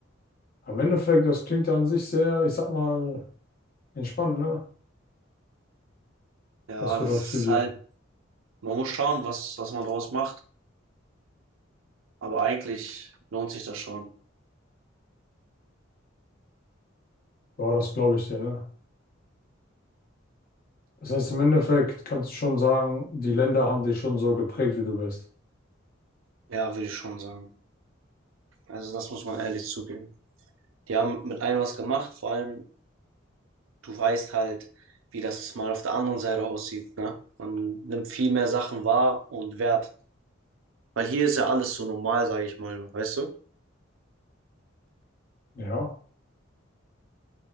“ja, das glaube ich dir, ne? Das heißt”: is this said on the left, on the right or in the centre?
Left